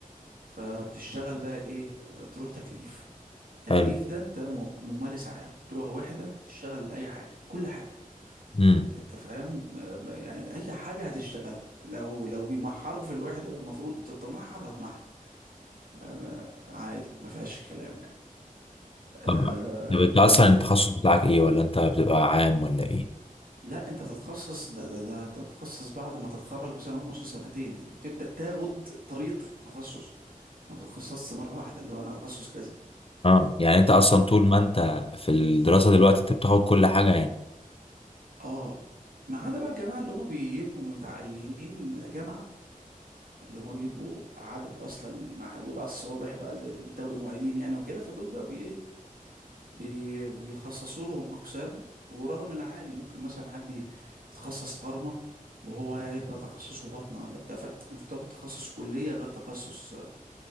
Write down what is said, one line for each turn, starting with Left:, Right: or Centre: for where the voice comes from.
Right: فبتشتغل بقى ايه تروح تكليف تكليف
Left: حلو
Right: ده انت مم- ممارس عام تروح وحدة تشتغل اي حاجة كل حاجة
Left: مم.
Right: انت فاهم اه، ما- يعني اي حاجة هتشتغلها لو لو بيمحروا في الوحدة والمفروض تمحر هتمحر اه، ما- عادي ما فيهاش كلام يعني
Left: طبعا
Right: آه،
Left: طب انت اصلا التخصص بتاعك ايه ولا انت بتبقى عام ولا ايه؟
Right: لا انت بتتخصص ده ده ده انت بتتخصص بعد ما تتخرج بسنه ونص سنتين يعني بتبدا تاخد طريقه تخصص ما بتتخصصش مره واحده اللي هو انا هتخصص كذا
Left: اه يعني انت اصلا طول ما انت في الدراسة دلوقتي انت بتاخد كل حاجة يعني
Right: اه ما عدا بقى الجماعه اللي هم بيبقوا متعينين جامعه اللي هم بيبقوا عدد اصلا محدود على الصوابع بقى اللي اللي بيتاخدوا معيدين يعني وكده فدول بقى بي ايه بي بيخصصوا لهم اقسام ورغم ان عادي ممكن مثلا حد يتخصص فارما وهو هيبقى تخصصه بطنه ولا بتاع ف- انت بتاخد تخصص كليه غير تخصص